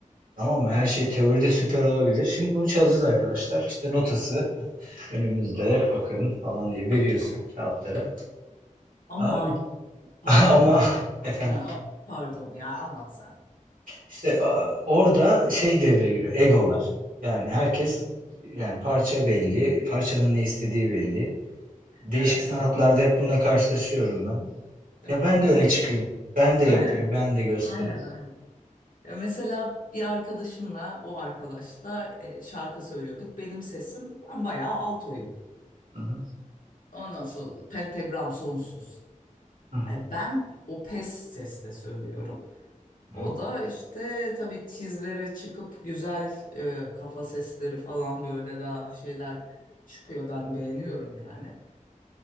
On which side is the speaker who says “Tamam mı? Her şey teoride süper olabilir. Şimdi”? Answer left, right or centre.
Right